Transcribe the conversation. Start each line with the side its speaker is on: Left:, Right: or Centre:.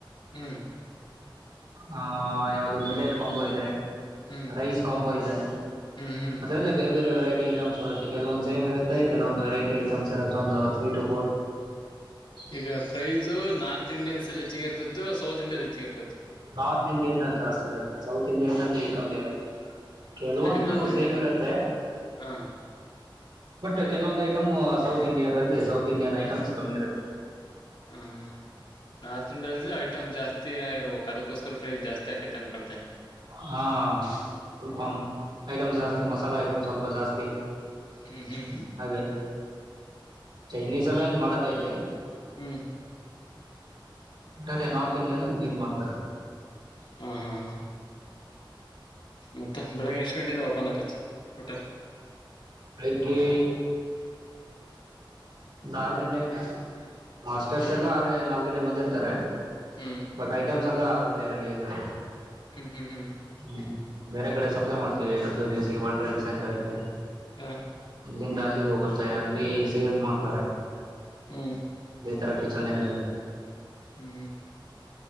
Left: ಹ್ಮ್
Right: ಹ ಯಾವುದು ಮಿಲೆಟ್ ಕಾಂಬೋ ಇದೆ
Left: ಹ್ಮ್
Right: ರೈಸ್ ಕಾಂಬೋ ಇದೆ
Left: ಹ್ಮ್ ಹ್ಮ್
Right: ಅದರಲ್ಲ ಬೇರೆ ಬೇರೆ ವೆರೈಟಿ ಐಟಮ್ಸ್ ಬತ್ತೆ ಕೆಲವಂದು ಸೇಮ್ರುತ್ತೆ ಕೆಲೊಂದು ವೆೈಿ ಐ ಅ್ರದ ಒಂದು ತ್ರ ಟ ಫೋರ್
Left: ಈಗ ಪ್ರೈಜು ನಾರ್ತ್ ಇಂಡಿಯನ್ಸ್ ಅಲ್ಲಿ ಹೆಚ್ಚಿಗೆ ಇರ್ತ್ತ ಇ ಸೌತ್ ಇಂಡಿಯಾ ಹೆೆಚ್ಚಿರ್ತೈತೆ
Right: ನಾರ್ತ್ ಇಂಡಿಯನ್ ಅಲ್ಲಿ ಜಾಸ್ತಿ ಇರುತ್ತೆ ಸೌತ್ ಇಂಡಿಯನ್ಲ್ಲಿ ಕಮ್ಮಿ ಇರುತ್ತೆ
Left: ಹ್ಮ್
Right: ಕೆಲವೊಂದು
Left: ಯಾಕೆ ನಾರ್ತ್ ಇಂಡಿಯನ್
Right: ಸೇಮ್ ಇರುತ್ತೆ
Left: ಹಾ
Right: ಬಟ್ ಕೆಲವೊಂದು ಐಟಮ್ ಸೌತ್ ಇಂಡಿಯಾದಲ್ಲಿ ಸೌತ್ ಇಂಡಿಯನ್ ಐಟಮ್ಸ್ ಕಮ್ಮಿ ಇರುತ್ತೆ
Left: ಹಾ ನಾರ್ತ್ ಇಂಡಿಯಲ್ ಐಟಮ್ ಜಾಸ್ತಿ ಆಗ ಒಕ್ಕದಕ್ಕೋಸ್ಕರ ಫೈ ಜಾಸ್ತಿ ಆಾತೆ ಅನ್ಕಳ್ತಾನೆ
Right: ಹಾ ಸ್ವಲ್ಪ ಐಟಮ್ಸ್ ಜಾಸ್ತಿ ಮಸಾಲಾ ಐಟಮ್ಸ್ ಸ್ವಲ್ಪ ಜಾಸ್ತಿ
Left: ಹ್ಮ್ ಹ್ಮ್
Right: ಅದೇ ಚೈನೀಸ್ ಎಲ್ಲ ಏನ್ ಮಾಡಲ್ಲ ಇಲ್ಲಿ
Left: ಹ್ಮ್
Right: ಮಟಟ ನಾರ್ತ್ ಇಂಡಿಯನ್ ಮೀನ್ ಮಾಡ್ತಾರೆ
Left: ಹಾ ಹಾ ಮತ್ತ ಬೆಳಿಗ್ಗೆ ಎಷ್ಟ ಗಂಟೆಯಿಂದ ಓಪನ್ ಆಕತ್ತ ಹೋಟಲ್
Right: ಬೆಳಿಗ್ಗೆ ಆರು ಗಂಟೆ ಮಾಸ್ಟರ್ಸ್ ಎಲ್ಲ ಆರ್ ನಾಲ್ಕ ಗಂಟೆ ಬಂದಿರ್ತಾರೆ
Left: ಹ್ಮ್
Right: ಬಕ ಐಟಮ ಸಲ ಆರು ಗಂಟೆ ರೆಡಿ ಆಗಿರುತ್ತೆ
Left: ಹ್ಮ್ ಹ್ಮ್ ಹ್ಮ್
Right: ಹ್ಮ ಬೇರೆ ಕಡೆ ಸಪ್ಲೈ ಮಾಡ್ತೇವಿ ಡಬ್ಯೂ ಟ ಸಿ ವರ್ಲ್ಡ್ ಟ್ರಡ್ ಸೆಂಟರ್ಗೆ
Left: ಹಾ
Right: ಇಲ್ಲಂದ ಹೋಗುತ್ತೆ ಅಲ್ಲಿ ಸೇವ ಮಾಡ
Left: ಹ್ಮ್
Right: ಅೇತಿರಕ್ಕೆ ಚನ್ನ ಕ
Left: ಹ್ಮ್ ಹ್ಮ್